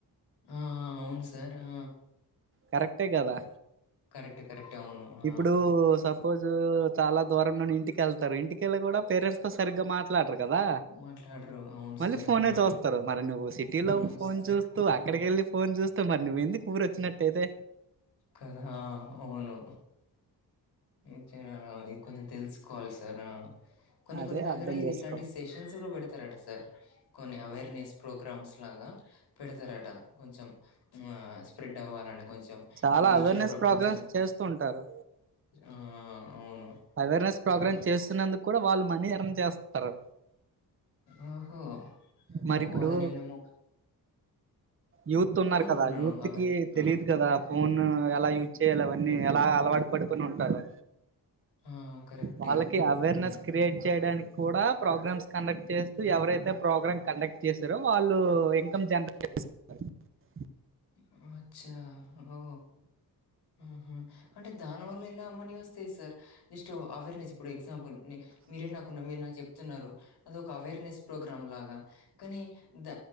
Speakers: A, on the left; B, on the right.
A: ఆ ఆ అవును సార్ ఆ
B: కరెక్టే కదా
A: కరెక్ట్. కరెక్ట్. అవును. ఆ!
B: ఇప్పుడు సప్ సపోజ్ చాలా దూరం నుండి ఇంటికి వెళ్తారు ఇంటికెళ్ళి కూడా పేరెంట్స్ తో సరిగ్గా మాట్లా టర్లు కదా
A: మాట్లాడరు అవును
B: మళ్ళీ
A: సార్
B: ఫోనే
A: ఆ
B: చూస్తారు మరి నువ్వు సిటీలో
A: ఫోనే వస్తే
B: ఫోన్ చూస్త తూ అక్కడకి వెళ్లి ఫోన్ చూస్తూ మరి నువ్వెందుకు ఊరు వచ్చినట్టయితే
A: కదా అవును ఏంచేయాలి ఇది కొంచం తెలుసుకోవాలి సార్ ఆ కొన్ని
B: అదే
A: కొన్ని దగ్గర
B: అర్థం
A: ఇది
B: చేసుకో
A: ఇట్లాంటి సెషన్స్ కూడా పెడతారట సార్ కొన్ని అవేర్నెస్ ప్రోగ్రామ్స్ లాగా పెడతారట కొంచెం ఆ స్ప్రెడ్ అవ్వాలని కొంచెం
B: చాలా
A: డిజిటల్
B: అవేర్నెస్
A: ప్రపంచానికి
B: ప్రోగ్రామ్స్ చేస్తూంటారు
A: ఆ అవును
B: అవేర్నెస్ ప్రోగ్రామ్
A: హ్మ్.
B: చేస్తున్నందుకు కూడా వాళ్ళు మనీ ఎర్న్ చేస్తారు
A: ఓహో
B: మరి
A: ఓహో
B: ఇప్పుడు
A: అది నిన్ను ము
B: యూత్ ఉన్నారు
A: అనుకున్నాను
B: కదా యూత్
A: అవేర్
B: కి తెలిదు
A: ఆ
B: కదా ఫోన్
A: ఆ
B: ఎలా యూజ్ చేయాలి అవన్నీ ఎలా అలవాటు పడుకొని ఉంటారు
A: ఆ! కరెక్టే
B: వాళ్ళకి అవేర్నెస్
A: ఆ
B: కి క్రియేట్ చేయడానికి కూడా ప్రోగ్రామ్స్ కండక్ట్ చేస్తూ ఎవరైతే ప్రోగ్రామ్ కండక్ట్ చేసారో వాళ్ళు ఇన్కమ్ జనరేట్ <unintelligible>
A: ఓ అచ్చా ఓ ఆ హా అంటే దాని వల్ల ఇలా మనీ వస్తాయి సార్ జస్ట్ అవేర్నెస్ ఇప్పుడు ఎగ్జాంపుల్ కొన్ని మీరే నాకున్న మీరు నాకు చెప్తున్నారు అది ఒక అవేర్నెస్ ప్రోగ్రామ్ లాగా కానీ ద